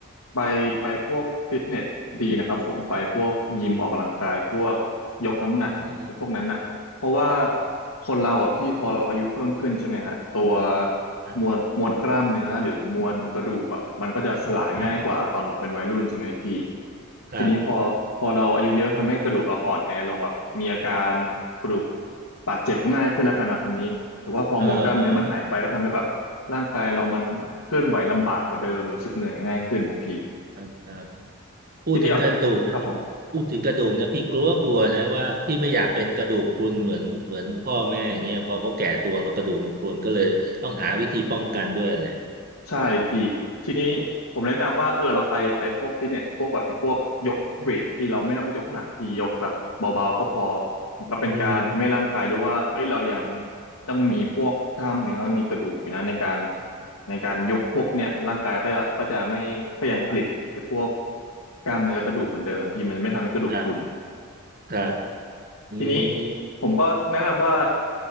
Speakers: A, on the left (about 70°); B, on the right (about 45°).
A: ไปไปพวกฟิตเนสดีนะครับผมไปพวกยิมออกกำลังกายพวกยกน้ำหนักหรือพวกนั้นน่ะเพราะว่า
B: อืมอืม
A: คนเราอ่ะพี่พอเราอายุเพิ่มขึ้นใช่ไหมฮะตัว
B: อืม
A: มวลมวลกล้ามเนื้อหรือมวลกระดูกอ่ะมันก็จะสลายง่ายกว่าตอนเราเป็นวัยรุ่นใช่ไหมพี่
B: ครับครับ
A: ทีนี้พอพอเราอายุเยอะทำให้กระดูกเราอ่อนแอลงแบบมีอาการกระดูกบาดเจ็บง่ายขึ้นแล้วกันนะคำนี้หรือว่าพอมวลกล้ามเนื้อมันหายไปก็ทำให้แบบ
B: เออเออ
A: ร่างกายเรามันเคลื่อนไหวลำบากกว่าเดิมรู้สึกเหนื่อยง่ายขึ้นนะพี่
B: ครับครับ พูดถึงกระดูกนะ
A: ทีนี้แบบครับผม
B: พูดถึงกระดูกนะพี่กลัวกลัวนะว่าพี่ไม่อยากเป็นกระดูกพรุนเหมือนเหมือนพ่อแม่อย่างเงี้ยพอเขาแก่ตัวกระดูกมันพรุนก็เลยต้องหาวิธีป้องกันด้วยแหละ
A: ใช่พี่ทีนี้ผมแนะนำว่าเออเราไปไปพวกฟิตเนสพวกแบบไอ้พวกยกเวทพี่เราไม่ต้องยกหนักพี่ยกแบบเบาๆก็พอมันก็เป็นการทำให้ร่างกายรู้ว่าเอ้ยเรายัง
B: อืม
A: ต้องมีพวกกล้ามเนื้อมีกระดูกอยู่นะในการในการยกพวกเนี้ยร่างกายก็จะก็จะไม่ก็ยังผลิตไอ้พวกกล้ามเนื้อกระดูกเหมือนเดิมพี่มันไม่ทำให้กระดูกพรุน
B: ครับครับอื
A: ทีนี้
B: ม
A: ผมก็แนะนำว่า